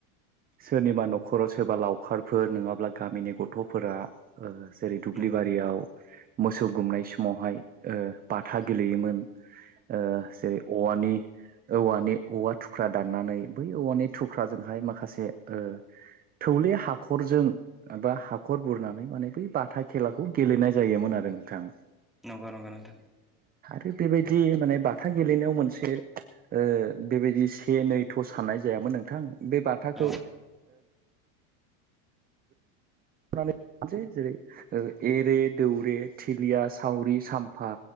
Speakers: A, on the right; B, in the centre.
A: सोरनिबा न'खराव सोरबा लावखारफोर नङाबा अब्ला गामिनि गथफोरा जेरै दुब्लि
B: औ
A: बारियाव मोसौ गुमनाय समावहाय ओ बाथा गेलेयोमोन ओ जेरै औवानि औवानि औवा थुख्रा दाननानै बै औवानि थुख्राजोंहाय मा माखासे ओ थौले हाखरजों बा हाखर बुरनानै माने बै बाथा खेलाखौ गेलेनाय जायोमोन आरो नोंथां
B: नंगौ नंगौ नोंथां
A: थिग बेबायदि माने बाथा गेलेनायाव मोनसे ओ बेबायदि से नै थ' साननाय जायामोन। नोंथां बे बाथाखौ
B: औ
A: नैसै जेरै एरे दौरे थिलिया सावरि सामफा